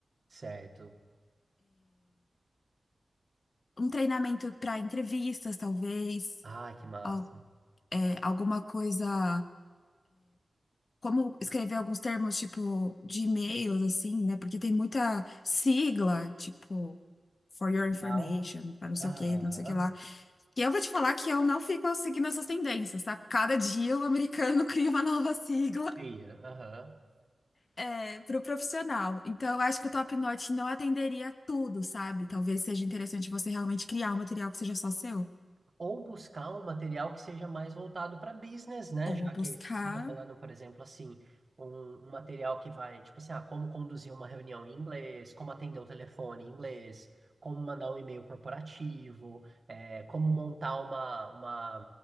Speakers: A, on the right; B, on the left.
A: certo.
B: Um treinamento para entrevistas, talvez.
A: Ah, que massa.
B: Al- é, alguma coisa como escrever alguns termos, tipo, de e-mails, assim, né? Porque tem muita sigla, tipo, for your
A: Legal.
B: information, para não
A: Aham.
B: sei o quê, não sei o que lá. E eu vou te falar que eu não fico seguindo essas tendências, tá? Cada dia o americano <laughs> cria uma nova sigla,
A: Cria, aham.
B: é, para o profissional. Então, eu acho que o Top Notch não atenderia tudo, sabe? Talvez seja interessante você realmente criar um material que seja só seu.
A: ou buscar um material que seja mais voltado para business, né?
B: Ou
A: Já
B: buscar.
A: que é isso que você está falando, por exemplo, assim, um, um material que vai, tipo assim, ah, como conduzir uma reunião em inglês, como atender o telefone em inglês, como mandar um e-mail corporativo, eh, como montar uma, uma